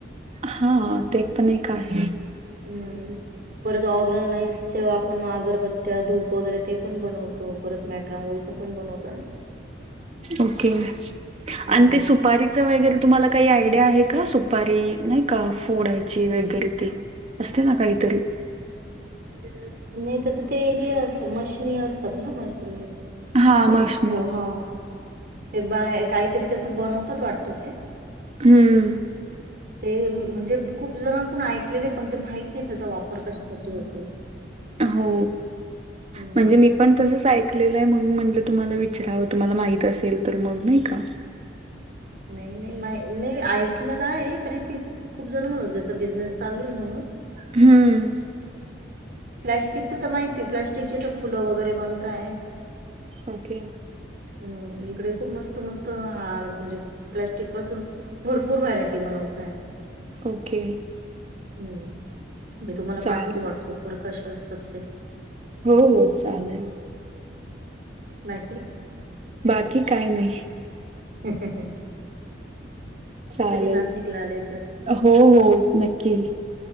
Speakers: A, on the right; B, on the right.
A: हा ते पण एक आहे.
B: हम्म. परत ऑर्गनाइजच्या आपण अगरबत्त्या, धूप वगैरे ते पण बनवतो. तो परत मॅट रांगोळीच पण बनवतात ना.
A: ओके
B: हं.
A: आणि सूपा रीच वगैरे तुम्हाला काही आयडिया आहे का. सुपारी नाही का फोडायची वगैरे ते. असते ना काहीतरी,
B: नाही. तसं ते हे असत मशनी असतात ना. मशनी
A: हां,
B: त्याच्यात
A: मशनीच.
B: हा ते बाहे काहीतरी त्याच बनवतात वाटत ते.
A: हम्म
B: ते म्हणजे खूप जणांकडून ऐकलेले पण ते माहित नाही. त्याचा वापर कशासाठी होतो.
A: हो
B: हं.
A: म्हणजे मी पण तसंच ऐकलेलं आहे. मग म्हंटलं तुम्हाला विचारावं. तुम्हाला माहित असेल तर मग नाही का.
B: नाही नाही. मा नाही ऐकनात आहे. खर की खूप जण म्हणत त्याचा बिझनेस चालू आहे म्हणून,
A: हम्म.
B: प्लॅस्टिकचं तर माहिती प्लॅस्टिकची तर फुलं वगैरे बनताय.
A: ओके.
B: हम्, इकडे खूप मस्त मस्त हार म्हणजे प्लॅस्टिक पासून भरपूर व्हरायटी बनवताय.
A: ओके.
B: हम्म, मी तुम्हाला
A: चालेल.
B: पाठवेल. व्हॉट्सअप वर कसे असतात ते,
A: हो हो चालेल.
B: बाकी,
A: बाकी काय नाही.
B: ह ह <unintelligible>
A: चालेल.
B: नाशिकला आले तर.
A: हो हो नक्की.